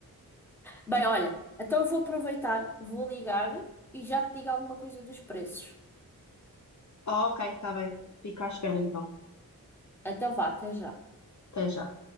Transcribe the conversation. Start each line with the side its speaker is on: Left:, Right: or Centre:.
Centre: Bem, olha, então eu vou aproveitar, vou ligar e já te digo alguma coisa dos preços.
Left: Ah, ok, está bem. Fica à espera então.
Centre: Então vá, até já.
Left: Até já.